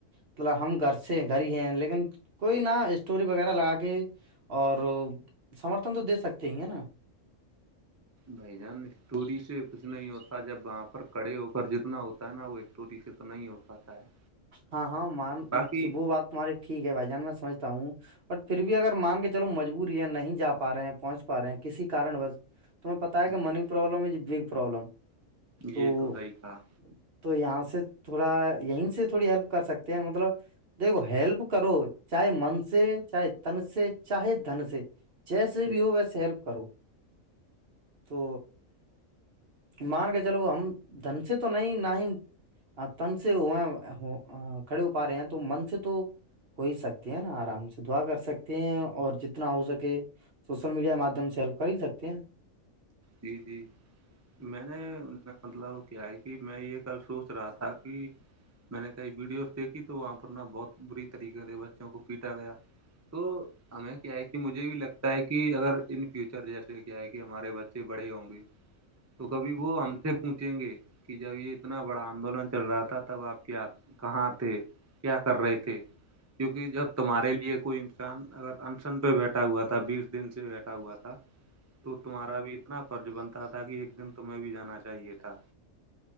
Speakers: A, on the right; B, on the right.
A: مطلب ہم گھر سے گھر ہی ہیں لیکن کوئی نہا اسٹوری وغیرہ لگا کے اور سمرتھن تو دے سکتے ہیں ہے نا
B: بھائی جان اسٹوری سے کچھ نہیں ہوتا جب وہاں پر کڑے ہو کر جتنا ہوتا ہے نا وہ چوری سے تو نہیں ہو پاتا ہے
A: ہاں ہاں م
B: باقی
A: وہ بات تمہاریے ٹھیک ہے بھائی جان میں سمجتا ہوں بٹ پھر بھی اگر مان کے چلو مجبوری ہے نہیں جا پا رہے ہیں پہنچ پا رہے ہیں کسی کارن بس تمہیں پتتا ہے
B: جی
A: کہ money problem is a big problem تو
B: یہ صحیح کہا
A: تو یہاں سے تھوڑا یہیں سے تھوڑی ہیلپ کر سکتے ہیں مطلب <unintelligible> دیکھو ہیلپ کرو چاہے من سے چاہے تن سے چاہے دن سے جیسے
B: جی
A: بھی ہو ویسے ہیلپ کروں تو مان کے چلو ہم دن سے تو نہیں نہ ہی تن سے ہو کھڑے ہو پا رہے ہیں تو من سے تو <unintelligible> ہو ہی سکتے ہیں نا آرام سے دعا کر سکتے ہیں اور جتنا ہو سکے سوشل میڈیا کے مادھیم ہیلپ کر ہی سکتے ہیں
B: جی جی میں نے ان کا مطلب کیا ہے کہ میں یہ کل سوچ رہا تھا کہ <unintelligible> میں نے کئی ویڈیوز دیکھی تو وہاں پر نا بہت بری طریقے سے بچوں کو پیٹا گیا تو ہمیں کیا ہے کہ مجھے بھی لگتا ہے تا ہے کہ اگر ان فیوچر جیسے کیا ہے کہ ہمارے بچے بڑے ہوں گے تو کبھی وہ ہم سے پوچیں گے کہ جب یہ اتنا بڑا آدولن چل رہا تھا تب آپ کیا کہاں تھے کیا کر رہے تھے کیونکہ جب تمہارے لیے کوئی چاند اگر انشن پہ بیٹھا ہوا تھا بیس دن سے بیٹھا ہوا تھا تو تمہارا بھی اتنا فرض بنتا تھا کہ ایک دن تومہیں بھی جانا چاہیے تھا